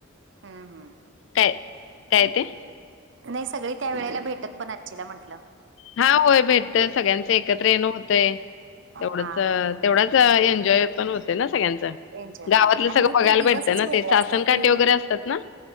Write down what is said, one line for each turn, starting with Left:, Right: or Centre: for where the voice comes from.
Right: हम्म हम्म
Left: काय काय ते?
Right: नाही सगळी त्या वेळेला भेटत पण आशिला म्हटलं.
Left: हा होय भेटतय सगळ्यांचं एकत्र येण होतय तेवढंच,
Right: हा हा
Left: तेवढाच एन्जॉय पण होते ना सगळ्यांचा,
Right: एन्जॉय
Left: गावातलं
Right: पण होते आणि
Left: सगळं
Right: नाही ते
Left: बघायला
Right: दिवसच
Left: भेटतं ना
Right: वेगळे
Left: ते सासन
Right: असतात
Left: काटे
Right: ते
Left: वगैरे असतात ना,